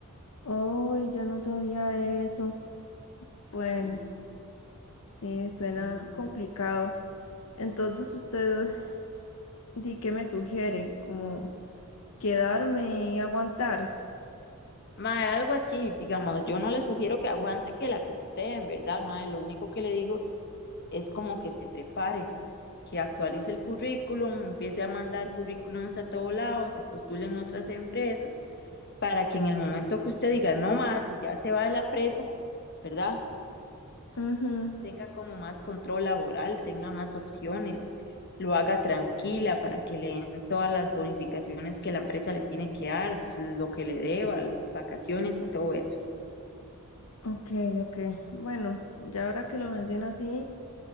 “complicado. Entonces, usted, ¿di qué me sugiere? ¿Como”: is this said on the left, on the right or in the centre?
Left